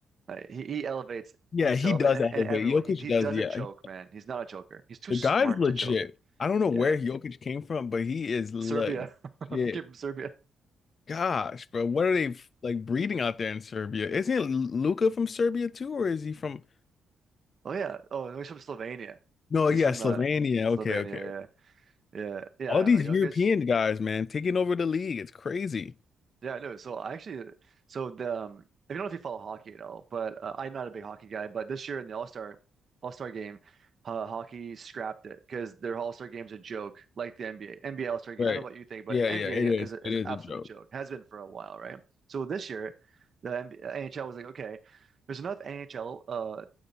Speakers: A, on the right; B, on the left.
A: Like, he, he elevates
B: Yeah,
A: himself
B: he does
A: and, and,
B: elevate.
A: and everyone.
B: Jokic
A: He he
B: does,
A: doesn't
B: yeah.
A: choke, man. He's not a choker. He's too
B: The
A: smart
B: guy's legit.
A: to choke.
B: I don't know
A: Yeah.
B: where Jokic came from, but he is legit.
A: Serbia. <laughs> Came from Serbia.
B: Gosh, bro, what are they like breeding out there in Serbia? Isn't Luka from Serbia too, or is he from?
A: Oh yeah. Oh, no, he's from Slovenia.
B: No,
A: He's
B: yeah,
A: from
B: Slovenia.
A: uh, Slovenia.
B: Okay, okay.
A: Yeah, yeah, yeah.
B: All
A: I don't
B: these
A: know.
B: European
A: Jokic.
B: guys, man, taking over the league. It's crazy.
A: Yeah, I know. So I actually, so the um, I don't know if you follow hockey at all, but uh, I'm not a big hockey guy. But this year in the All-Star All-Star game, uh, hockey scrapped it because their All-Star game's a joke, like the NBA NBA All-Star game.
B: Right.
A: I don't know what you think, but
B: Yeah,
A: NBA
B: yeah, it is.
A: is a, is
B: It is
A: an absolute
B: a joke.
A: joke. Has been for a while, right? So this year, the NBA, NHL was like, okay, there's enough NHL, uh,